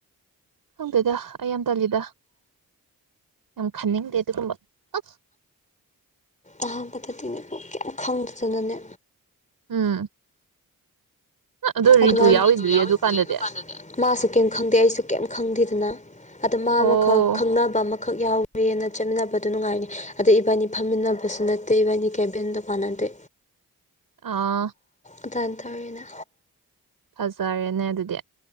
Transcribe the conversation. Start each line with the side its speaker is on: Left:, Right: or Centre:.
Right: ꯈꯪꯗꯦꯗ ꯑꯩ ꯌꯥꯝ ꯇꯜꯂꯤꯗ꯫ ꯌꯥꯝ ꯈꯟꯅꯤꯡꯗꯦ ꯑꯗꯨꯒꯨꯝꯕ ꯑꯥ꯫
Left: ꯑꯍꯥ ꯇꯥꯕꯗꯗꯤꯅꯦ ꯀꯩꯝ ꯈꯪꯗꯗꯅꯅꯦ꯫
Right: ꯎꯝ꯫ ꯑꯗꯣ ꯔꯤꯇꯨ
Left: ꯑꯗꯨꯃꯥꯏ,
Right: ꯌꯥꯎꯔꯤꯗꯨꯗꯤ
Left: ꯌꯥꯎꯔꯤꯗꯨ
Right: ꯑꯗꯨꯀꯥꯟꯗꯗꯤ
Left: ꯅꯨꯄꯥꯗ꯫ ꯃꯥꯁꯨ ꯀꯩꯝ ꯈꯪꯗꯦ ꯑꯩꯁꯨ ꯀꯩꯝ ꯈꯪꯗꯦꯗꯅ ꯑꯗ
Right: ꯑꯣ
Left: ꯃꯥ ꯑꯃꯈꯛ ꯈꯪꯅꯕ ꯑꯃꯛ ꯈꯛ ꯌꯥꯎꯋꯦꯅ ꯆꯠꯃꯤꯟꯅꯕꯗꯣ ꯅꯨꯡꯉꯥꯏꯅꯤ ꯑꯗꯩ ꯏꯕꯥꯅꯤ ꯐꯝꯃꯤꯟꯅꯕꯁꯨ ꯅꯠꯇꯦ ꯏꯕꯥꯅꯤ ꯀꯦꯕꯤꯟꯗꯣ ꯃꯥꯟꯅꯗꯦ꯫
Right: ꯑꯥ
Left: ꯑꯗꯥꯏꯟ ꯇꯧꯔꯤꯅꯣ
Right: ꯐꯖꯔꯦꯅꯦ ꯑꯗꯨꯗꯤ